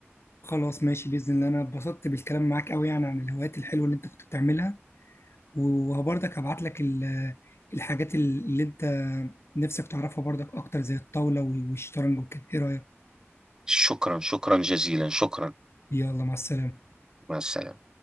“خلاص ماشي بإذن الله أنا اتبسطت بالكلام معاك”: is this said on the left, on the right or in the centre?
Left